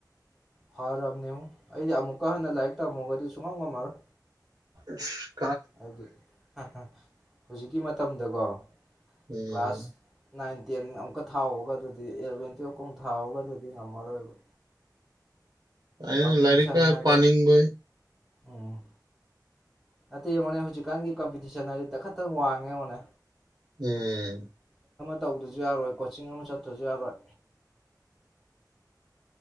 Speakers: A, in the centre; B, on the right (about 65°).
A: ꯐꯔꯝꯅꯦꯉꯣ ꯑꯩꯗꯤ ꯑꯃꯨꯛꯀ ꯍꯟꯅ ꯂꯥꯏꯔꯤꯛ ꯇꯝꯃꯣꯒꯗꯤ ꯁꯨ ꯁꯨꯉꯝ ꯉꯝꯃꯔꯣꯢ
B: ꯑꯁ
A: ꯑꯗꯨꯗꯤ <unintelligible> ꯍꯨꯖꯤꯛꯀꯤ ꯃꯇꯝꯗꯀꯣ
B: ꯎꯝ
A: ꯀ꯭ꯂꯥꯁ ꯅꯥꯏꯟ ꯇꯦꯟ ꯑꯃꯨꯛꯀ ꯊꯥꯎꯑꯣꯒꯗꯨꯗꯤ ꯑꯦꯂꯚꯦꯟ ꯇ꯭ꯋꯦꯜꯞꯀ ꯃꯨꯛ ꯊꯥꯎꯑꯣꯒꯗꯨꯗꯤ ꯉꯝꯃꯔꯣꯏꯕ
B: ꯑꯩꯅ
A: ꯀꯝꯄꯤꯇꯤꯁꯟ
B: ꯂꯥꯏꯔꯤꯛ ꯀꯥꯢ
A: ꯍꯥꯏꯔꯦ
B: ꯄꯥꯅꯤꯡꯕꯥꯢ
A: ꯎꯝ ꯅꯠꯇꯦ ꯌꯦꯡꯉꯣꯅꯦ ꯍꯨꯖꯤꯛꯀꯥꯟꯒꯤ ꯀꯝꯄꯤꯇꯤꯁꯟ ꯍꯥꯏꯔꯗꯤ ꯇꯥꯈꯠꯇꯅ ꯋꯥꯡꯉꯦ ꯌꯦꯡꯉꯣꯅꯦ
B: ꯎꯝ
A: ꯇꯧꯗ꯭ꯔꯖꯨ ꯌꯥꯔꯣꯏ ꯀꯣꯆꯤꯡ ꯑꯃ ꯆꯠꯇ꯭ꯔꯖꯨꯨ ꯌꯥꯔꯣꯏ